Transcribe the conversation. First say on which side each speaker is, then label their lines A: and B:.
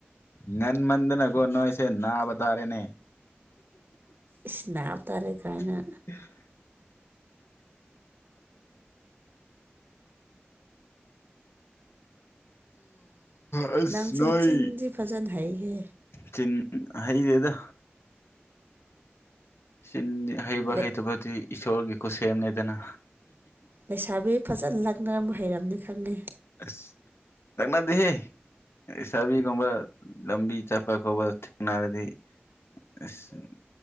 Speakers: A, on the left (about 90°); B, on the right (about 55°).
A: ꯉꯟꯃꯟꯗꯅꯀꯣ ꯅꯣꯢꯁꯦ ꯅꯥꯕ ꯇꯥꯔꯦꯅꯦ
B: ꯏꯁ ꯅꯥꯕ ꯇꯥꯔꯦ ꯀꯥꯏꯅ
A: <inaudible> ꯑꯩꯁ
B: ꯅꯪꯁꯦ
A: ꯅꯣꯏ
B: ꯆꯤꯟꯗꯤ ꯐꯖꯅ ꯍꯩꯍꯦ
A: ꯆꯤꯟ ꯍꯩꯗꯦꯗ ꯆꯤꯟꯗꯤ ꯍꯩꯕ
B: ꯂꯩ-
A: ꯍꯩꯇꯕꯗꯤ ꯏꯁꯣꯔꯒꯤ ꯈꯨꯁꯦꯝꯅꯦꯗꯅ
B: ꯂꯩꯁꯥꯕꯤ ꯐꯖꯅ ꯂꯛꯅꯔꯝꯕ ꯍꯩꯔꯝꯅꯤ ꯈꯪꯉꯦ
A: ꯑꯁ ꯂꯛꯅꯗꯦꯍꯦ ꯏꯁꯥꯕꯤꯒꯨꯝꯕ ꯂꯝꯕꯤ ꯆꯠꯄ ꯈꯣꯠꯄ ꯊꯦꯡꯅꯔꯗꯤ ꯏ꯭ꯁ